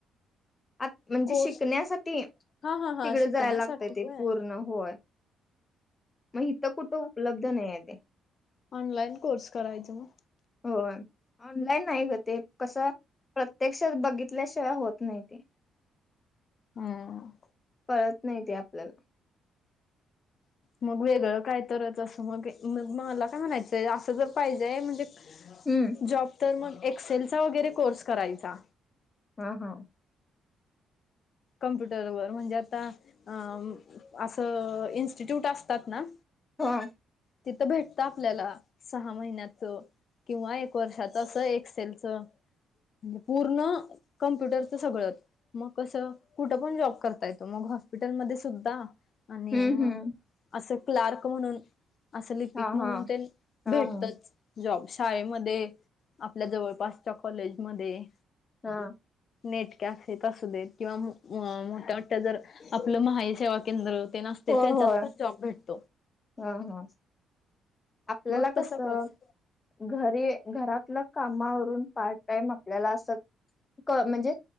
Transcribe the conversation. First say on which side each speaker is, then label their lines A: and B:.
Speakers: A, on the left; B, on the left.
A: आ म्हणजे
B: कोर्स
A: शिकण्यासाठी तिकडे
B: हा हा हा शिकण्यासाठी
A: जायला लागतंय ते
B: होय.
A: पूर्ण होय. मग इथं कुठं उपलब्ध नाहीये ते.
B: ऑनलाईन कोर्स करायचा मग.
A: होय. ऑनलाईन नाही ग ते, कसं प्रत्यक्षात बघितल्याशिवाय होत नाही ते.
B: हम्म.
A: कळत नाही ते आपल्याला.
B: मग वेगळं काय तरच असं मग मग मला काय म्हणायचंय, असं जर‌ पाहिजे हाय म्हणजे
A: हम्म.
B: जॉब तर मग एक्सेलचा वगैरे कोर्स करायचा.
A: हा हा.
B: कम्प्युटरवर म्हणजे आता अ असं इन्स्टिट्यूट असतात ना
A: हा.
B: तिथं भेटत आपल्याला सहा महिन्याचं. किंवा एक वर्षाच असं एक्सेलच म्हणजे पूर्ण कम्प्युटरचं सगळंच. मग कसं कुठं पण जॉब करता येतो, मग हॉस्पिटलमध्येध्ये सुद्धा आणि
A: हम्म हम्म
B: असं क्लार्क म्हणून असं लिपिक
A: हा
B: म्हणून
A: हा
B: तेन
A: हा
B: भेटतच.
A: हा
B: जॉब शाळेमध्ये आपल्या जवळपासच्या कॉलेजमध्ये.
A: हा.
B: नेट कॅफेत असू देत किंवा अ मोठ्या मोठ्या जर आपलं महाई सेवा केंद्र तेन असतंय
A: होय
B: त्याच्यात
A: होय
B: पण जॉब भेटतो.
A: हा हा. आपल्याला
B: मग
A: कसं
B: तसा कोर्स
A: घरी घरातलं काम आवरून पार्ट टाईम आपल्याला असं क म्हणजे